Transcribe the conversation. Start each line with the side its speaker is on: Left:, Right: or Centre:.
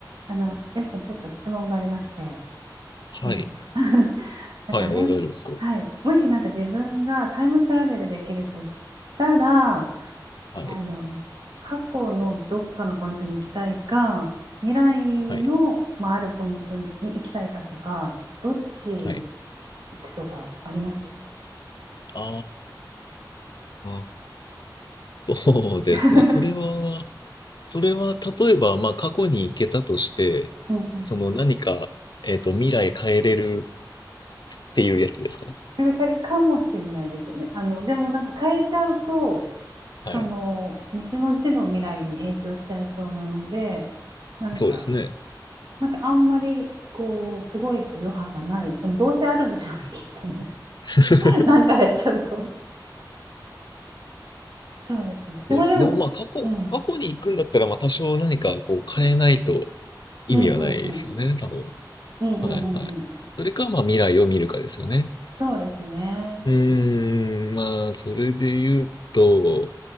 Right: あの、よしさん、ちょっと質問がありまして、
Left: はい。
Right: いいですか <laughs> なんか、
Left: はい、
Right: もし、
Left: あ大丈夫ですよ。
Right: はい、もしなんか自分がタイムトラベルできるとしたら、
Left: はい。
Right: あの、過去のどっかのポイントに行きたいか、未来の、
Left: はい。
Right: まあ、あるポイントに行きたいかとか、どっち
Left: はい。
Right: 行くとかあります
Left: ああ、<laughs> そうですね。
Right: <laughs>
Left: それは、それは、例えば、まあ、過去に行けたとして、
Right: うんうん。
Left: その何か、えっと、未来変えれるっていうやつですか
Right: それかかもしれないですよね。あの、でもなんか変えちゃうと、その、
Left: はい。
Right: 後々の未来に影響しちゃいそうなので、なんか、
Left: そうですね。
Right: なんかあんまりこうすごいこう余波がないでもどうせあるんでしょうねきっとね
Left: <laughs>
Right: <laughs> なんかやっちゃうとそうですねでもでも、
Left: そうです。でも、まあ、過去、
Right: うん、
Left: 過去に行くんだったら、まあ、多少何か、こう、変えないと意味はないですよね、
Right: うんうんうん
Left: 多分。
Right: うんうんうんうん
Left: はい、はい。それか、まあ、未来を見るかですよね。
Right: そうですね
Left: うーん、まあ、それで言うと、